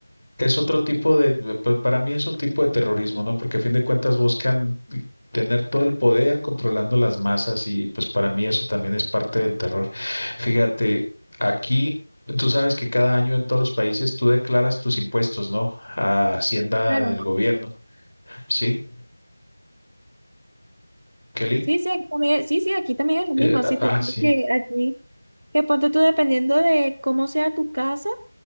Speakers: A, on the left; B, on the right.
A: Es otro tipo de, de- pa- para mí es un tipo de terrorismo, ¿no? Porque a fin de cuentas buscan tener todo el poder controlando las masas y pues para mí eso también es parte del terror. Fíjate, aquí tú sabes que cada año en todos los países tú declaras tus impuestos, ¿no? A Hacienda
B: Claro.
A: del gobierno, ¿sí? Kelly.
B: Sí, sí, aquí también, sí, sí, aquí también es lo
A: Eh,
B: mismo. Sí,
A: ah,
B: te digo
A: sí.
B: que aquí, que ponte tú dependiendo de cómo sea tu casa,